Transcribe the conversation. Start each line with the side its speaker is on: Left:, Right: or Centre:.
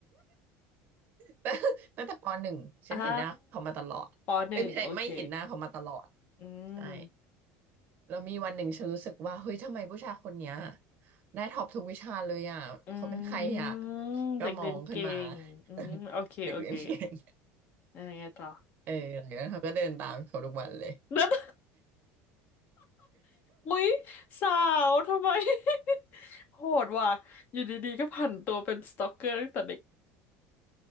Right: แต่ตั้งแต่ปหนึ่งฉันเห็นหน้าเขามาตลอดเอ้ยไม่ใช่ไม่เห็นหน้าเขามาตลอด
Left: อ่าปหนึ่งโอเคอืม
Right: ใช่ แล้วมีวันหนึ่งฉันรู้สึกว่าเฮ้ยทำไมผู้ชายคนเนี้ยได้ท็อปทุกวิชาเลยอ่ะเขาเป็นใครอ่ะ
Left: อืม
Right: ก็มองขึ้นมา
Left: เด็กเรียนเก่งอืมโอเคโอเค
Right: <laughs> เด็กเรียนเก่ง
Left: ยังไงต่อ
Right: เออหลังจากนั้นเขาก็เดินตามเขาทุกวันเลย
Left: <laughs> เด็ด อุ๊ยสาวทำไม <laughs> โหดว่ะอยู่ดีๆก็ผันตัวเป็นสตอกเกอร์ตั้งแต่เด็ก